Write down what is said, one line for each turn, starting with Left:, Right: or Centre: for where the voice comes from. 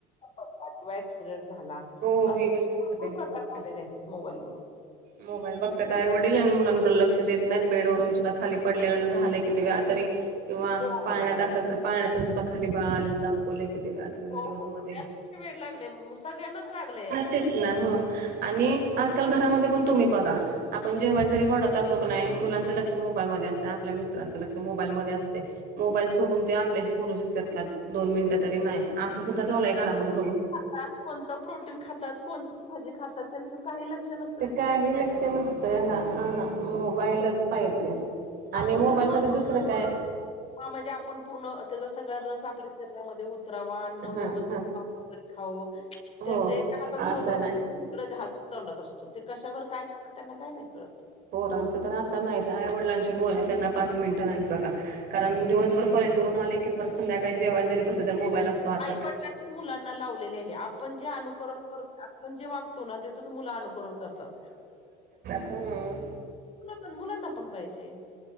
Left: पड किंवा ऍक्सिडेंट झाला
Right: हो हो
Left: असा
Right: ही गोष्ट
Left: भरपूर
Right: खरी आहे
Left: प्रकार
Right: मग काय
Left: झालेले आहेत मोबाईलमुळे
Right: मोबाईल बघत आ ववडीलल आणि मुलांकडडे लक्ष देत नाहीत बेडवरून सुद्धा खाली पडले झाले कि ते व्या किंवा
Left: हो
Right: पाळण्यात
Left: हो
Right: असाल तर पाळण्यातून सुद्धा खाली बाळा आले दाखवले क तर व्हिडिओज
Left: हो हो
Right: मध्ये
Left: त्यात वेड लागले सगळ्यांनाच लागलंय मोबाईल
Right: तेच ना हो आणि आजकाल घरामध्ये पण तुम्ही बघा आपण जेव्हा जरी वाढत असोक नाही मुलांचं लक्ष मोबाईल मध्ये असत आपल्या मितत्रांचं लक्ष मोबाईलमध्येध्ये असते मोबाईल सोडून ते आपल्याशी बोलू शकतात का दोन मिनट तरी नाही असं सुद्धा चालूय घरा मग
Left: खातात कोणतं प्रोटीन खातात कोणती भाजी खातात त्यांचं काही लक्ष नसत
Right: ते काही लक्ष नसतं हा ह हा मोबाईलच
Left: बरोबर
Right: पाहिजे आणि
Left: आपण
Right: मोबाईलमध्ये
Left: कसं म
Right: दुसरं काय
Left: ह म्हणजे आपण पूर्ण त्याचा सगळा्या रस आपल्या शरीरामध्ये उतरावा अन्न
Right: हा
Left: व्यवस्थित
Right: हा
Left: हो
Right: हो
Left: त्यांचा एका हातात
Right: असं
Left: मोबाईल
Right: नाही
Left: अस तकड घास तोंडत असतो ते कशावर काय खातात त्यांना काय नाही कळत
Right: होोर आमचं तर आता नाहीच आईवडिलांशी बोलाय त्यांना पाच मिनिटं नाहीत बघा कारण दिवसभर कॉलेजवररून आले कीस बर संध्याकाळीच्या जेळेला जरी बसले तरी मोबाईल असतो हातात
Left: आई मुलांना लावलेले आहे आपण जे अनुकरण कर आपण जे वागतो ना त्याचच मुलं अनुकरण करतात
Right: हम
Left: तुला पण मुलांना पण पाहिजे